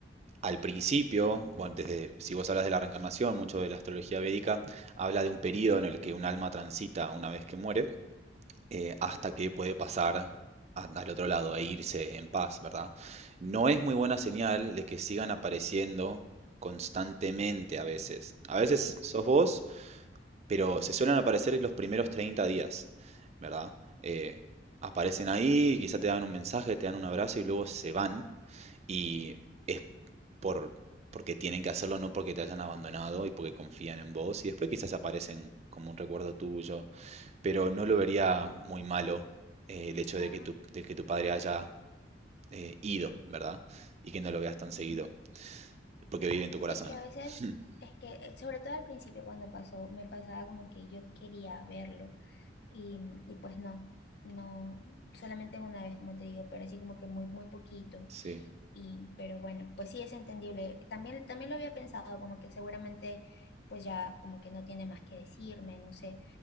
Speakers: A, on the right; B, on the left.
A: Al principio, bueno, desde, si vos hablas de la reencarnación, mucho de la astrología védica habla de un periodo en el que un alma transita una vez que muere, eh, hasta que puede pasar a- al otro lado e irse en paz, ¿verdad? No es muy buena señal de que sigan apareciendo constantemente a veces. A veces sos vos, pero se suelen aparecer en los primeros 30 días, ¿verdad? Eh, aparecen ahí, quizá te dan un mensaje, te dan un abrazo y luego se van y es por, porque tienen que hacerlo, no porque te hayan abandonado y porque confían en vos. Y después quizás aparecen como un recuerdo tuyo. Pero no lo vería muy malo eh, el hecho
B: Ah,
A: de que tu, de que tu padre haya eh, ido, ¿verdad? Y que no lo veas tan seguido.
B: ujú.
A: Porque vive en tu corazón.
B: Es que a veces,
A: <laughs>
B: es que, eh, sobre todo al principio cuando pasó, me pasaba como que yo quería verlo, y, y pues no, no, solamente una vez, como te digo, pero así como que muy, muy poquito.
A: Sí.
B: Y, pero bueno, pues sí es entendible. También, también lo había pensado, como que seguramente pues ya como que no tiene más que decirme, no sé.